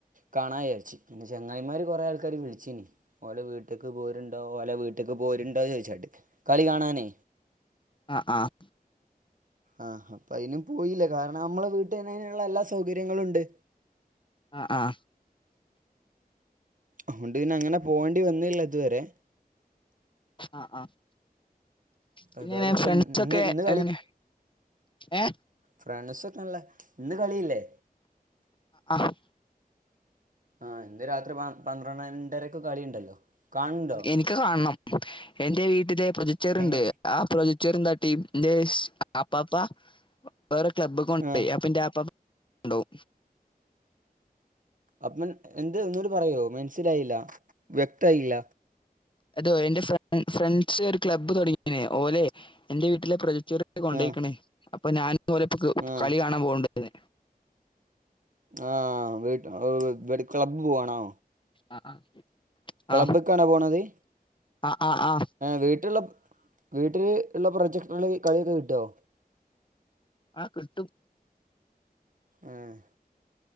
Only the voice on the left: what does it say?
ആഹ് ആഹ്
ആഹ് ആഹ്
ആഹ് ആഹ് പിന്നെങ്ങനെ
ഫ്രണ്ട്സൊക്കെ
എങ്ങനെ ഏ
ആഹ് ആഹ്
എനിക്ക് കാണണം എന്റെ വീട്ടിലെ പ്രൊജച്ചർണ്ട്
ആഹ് പ്രൊജക്ടർ എന്ത് കാട്ടി ഇൻ്റെ അപ്പാപ്പ വേറെ ക്ലബ്ബ്ക്ക് കൊണ്ടോയ്
അപ്പന്റെ അപ്പ ഉണ്ടും
അതോ എന്റെ ഫ്രണ്ട്സ് ഒരു ക്ലബ്ബ് തുടങ്ങിയനേ ഓലെ എന്റെ വീട്ടിലെ പ്രൊജക്ടർ ഒക്കെ കൊണ്ടോയ്ക്കണേ
അപ്പൊ ഞാൻ ഓരോപ്പോ
കളി കാണാൻ പോകണ്ടത്
ആഹ്
ആഹ്
ആഹ് ആഹ് ആഹ്
ആഹ് കിട്ടും